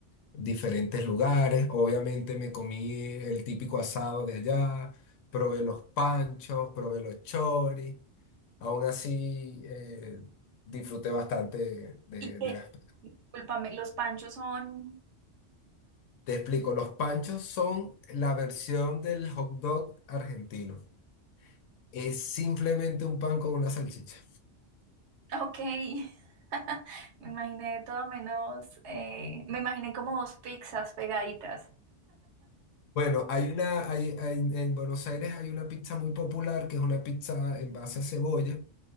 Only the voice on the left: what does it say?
diferentes lugares, obviamente me comí el típico asado de allá, probé los panchos, probé los choris, aún así eh, disfruté bastante de,
de las
Te explico, los panchos son la versión del hot dog argentino. Es simplemente un pan con una salchicha.
Bueno, hay una, hay- hay- en Buenos Aires hay una pizza muy popular que es una pizza en base a cebolla.